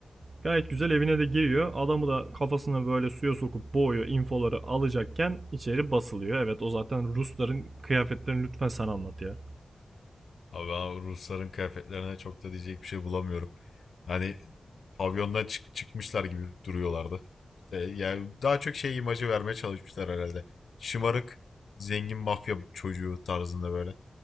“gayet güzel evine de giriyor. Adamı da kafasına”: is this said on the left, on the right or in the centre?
Right